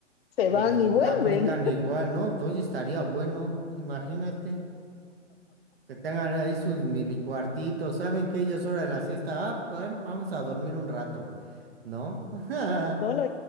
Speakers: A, on the left (about 55°); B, on the right (about 55°).
A: se
B: el-
A: van y vuelven.
B: la aplican
A: <laughs>
B: igual, ¿no? Oye, estaría bueno, imagínate, que tengan ahí sus mini cuartitos, ¿saben que ellos hora de la siesta? Ah, bueno, vamos a dormir un rato, ¿no? <laughs>
A: No, lo,